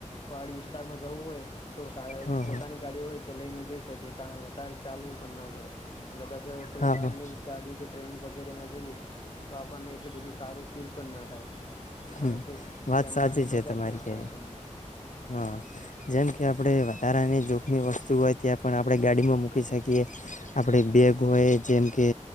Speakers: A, on the left (about 40°); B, on the left (about 75°).
A: પહાડી વિસ્તારમાં જવું હોય તો સ
B: હા
A: પોતાની ગાડી હોય તો લઈને જઈ શકીએ કારણ વધારે ચાલવું પણ ન પડે ગદ કોઈ
B: હા
A: બહારની
B: હા
A: ગાડી કે ટ્રેન વગ ગરમ આ જરીએ તો આપણને એટલી બધું સારું ફીલ પણ ન થાય કારણ
B: હમ્મ.
A: કે
B: વાત
A: તેમાં
B: સાચી
A: અને
B: છે
A: મજા
B: તમારી
A: જ ના આવે
B: કય
A: આપણને
B: હા જેમ કે આપડે વધારાની જોખમી વસ્તુ હોય ત્યાં પણ આપણે ગાડીમાં મૂકી શકીએ. આપણે બેગ હોય, જેમકે